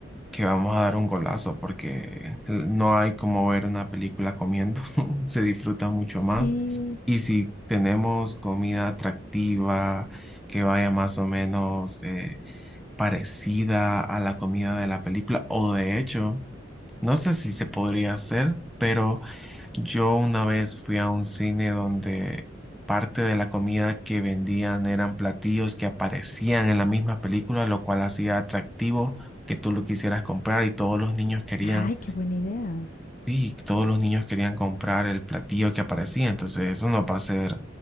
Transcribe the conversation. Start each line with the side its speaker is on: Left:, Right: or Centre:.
Centre: que vamos a dar un golazo porque no hay como ver una película comiendo, <laughs> se disfruta mucho
Left: Sí.
Centre: más. Y si tenemos comida atractiva, que vaya más o menos eh, parecida a la comida de la película, o de hecho, no sé si se podría hacer, pero yo una vez fui a un cine donde parte de la comida que vendían eran platillos que aparecían en la misma película, lo cual hacía atractivo que tú lo quisieras comprar y todos los niños querían,
Left: Ay, qué buena idea.
Centre: sí, todos los niños querían comprar el platillo que aparecía, entonces eso nos va a hacer